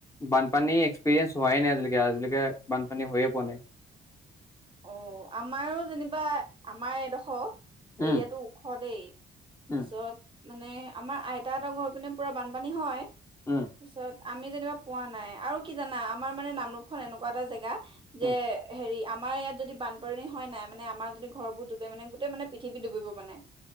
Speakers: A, on the left (about 15°); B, on the right (about 25°).
A: বানপানী এক্সপিৰিয়েঞ্চ হোৱাই নাই আজিলৈকে আজিলৈকে বানপানী হৈয়ে পোৱা নাই
B: অ আমাৰো যেনিবা আমাৰ এডোখৰ এৰিয়াতো
A: উম
B: ওখ দেই তাৰ
A: উম
B: পিছত মানে আমাৰ আইতা হতৰ ঘৰৰ পিনে পোৰা বানপানী হয় তাৰপিছত
A: উম
B: আমি যেনিবা পোৱা নাই আৰু কি জানা আমাৰ মানে নামৰূপ খন এনেকুৱা এটা জেগা যে
A: উম
B: হেৰি আমাৰ ইয়াত যদি বানপানী হয় নাই মানে আমাৰ যদি ঘৰবোৰ ডুবে মানে গোটেই মানে পৃথিৱী ডুবিব মানে